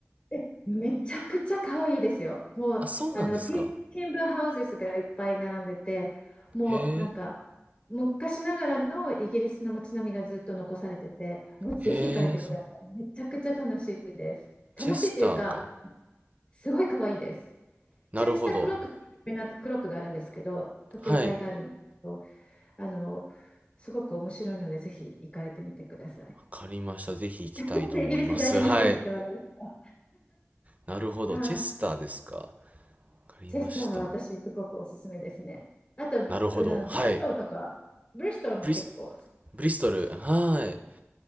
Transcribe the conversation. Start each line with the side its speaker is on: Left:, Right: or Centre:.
Left: ー。え、めちゃくちゃ可愛いですよ。もう、
Right: あ、そうなんですか。
Left: あの、ティン、ティンブーハウゼスがいっぱい並んでて、もうなんか、
Right: へえ、
Left: 昔ながらのイギリスの街並みがずっと残されてて、もうぜひ行かれてください。
Right: へえ、そう。
Left: めちゃくちゃ楽しいです。楽しいというか、
Right: チェスターか。
Left: すごい可愛いです。
Right: なるほど。
Left: チェスタークロックって有名なクロックがあるんですけど、時計台があるんですけど、
Right: はい。
Left: あの、すごく面白いので、ぜひ行かれてみてください。
Right: わかりました。ぜひ行きたいと思います。
Left: <laughs> イギリス在住の人に言ってもらいまし
Right: はい。なるほど。
Left: た。はい、
Right: チェスターですか。わかりました。
Left: チェスターは私、すごくおすすめですね。あと、あの、
Right: なるほど。はい。
Left: ブリストルとか、ブリストルも結構、
Right: ブリス、ブリストル。はい。